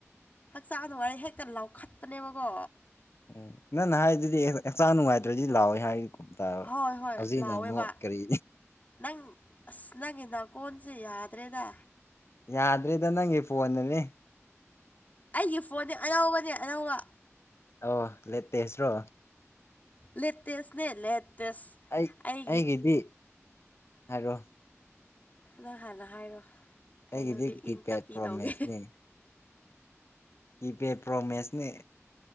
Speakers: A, on the left; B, on the left.
A: ꯍꯛꯆꯥꯡ ꯅꯨꯡꯉꯥꯏꯔ ꯍꯦꯛꯇ ꯂꯥꯎꯈꯠꯄꯅꯦꯕꯒꯣ
B: ꯎꯝ ꯅꯪꯅ ꯍꯥꯏꯗꯨꯗꯤ ꯍꯛꯆꯥꯡ ꯅꯨꯡꯉꯥꯏꯇ꯭ꯔꯗꯤ ꯂꯥꯎꯋꯦ ꯍꯥꯏ ꯇꯥꯕ
A: ꯍꯣꯏ ꯍꯣꯏ
B: ꯍꯧꯖꯤꯛꯅ
A: ꯂꯥꯎꯋꯦꯕ
B: ꯑꯃꯨꯛ ꯀꯔꯤ
A: ꯅꯪ ꯑꯁ ꯅꯪꯒꯤ ꯅꯥꯀꯣꯟꯁꯦ ꯌꯥꯗ꯭ꯔꯦꯗ
B: ꯌꯥꯗ꯭ꯔꯦꯗ ꯅꯪꯒꯤ ꯐꯣꯟꯅꯅꯦ
A: ꯑꯩꯒꯤ ꯐꯣꯟꯗꯤ ꯑꯅꯧꯕꯅꯦ ꯑꯅꯧꯕ
B: ꯑꯣ ꯂꯦꯇꯦꯁꯔꯣ
A: ꯂꯦꯇꯦꯁꯅꯦ ꯂꯦꯇꯦꯁ
B: ꯑꯩ
A: ꯑꯩꯒꯤ
B: ꯑꯩꯒꯤꯗꯤ ꯍꯥꯏꯔꯣ
A: ꯅꯪ ꯍꯥꯟꯅ ꯍꯥꯏꯔꯣ ꯑꯩ
B: ꯑꯩꯒꯤꯗꯤ
A: ꯍꯧꯖꯤꯛ
B: ꯀꯤꯄꯦꯠ
A: ꯏꯪ ꯇꯞꯄꯤ
B: ꯄ꯭ꯔꯣꯃꯦꯛꯁꯅꯦ
A: ꯇꯧꯒꯦ
B: ꯀꯤꯄꯦꯠ ꯄ꯭ꯔꯣꯃꯦꯁꯅꯦ